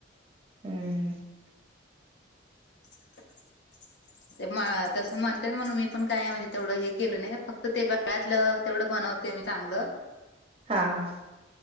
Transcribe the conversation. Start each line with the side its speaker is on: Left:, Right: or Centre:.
Right: हम्म.
Left: <inaudible> ते म तस मानण्यात म्हणून मी पण काय म्हणजे तेवढं हे केलं नाही, फक्त ते गट यातल तेवड बनवते मी चांगल.
Right: हा हा,,